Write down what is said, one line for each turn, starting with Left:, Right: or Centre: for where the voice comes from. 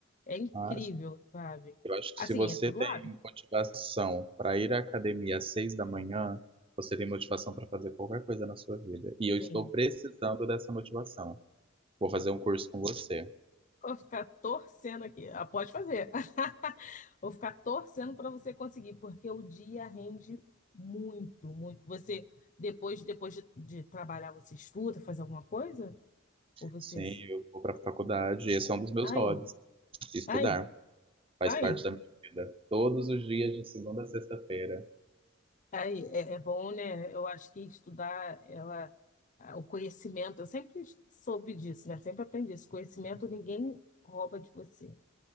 Left: É incrível,
Right: Mas
Left: sabe?
Right: eu acho que
Left: Assim,
Right: se você
Left: é tudo
Right: tem
Left: hábito.
Right: motivação para ir à academia às seis da manhã, você tem motivação para fazer qualquer coisa na sua vida. E eu
Left: Sim,
Right: estou precisando dessa motivação. Vou fazer um curso com você.
Left: vou ficar torcendo aqui. Ah, pode fazer. <laughs> Vou ficar torcendo para você conseguir, porque o dia rende muito, muito. Você, depois, depois de, de trabalhar, você estuda, faz alguma coisa? Ou você.
Right: Sim, eu vou para a faculdade. Esse é um dos meus
Left: Aí,
Right: hobbies, estudar.
Left: aí,
Right: Faz
Left: aí.
Right: parte da minha vida. Todos os dias de segunda a sexta-feira.
Left: Aí, é, é bom, né? Eu acho que estudar, ela, ah, o conhecimento, eu sempre soube disso, né? Sempre aprendi isso. Conhecimento ninguém rouba de você.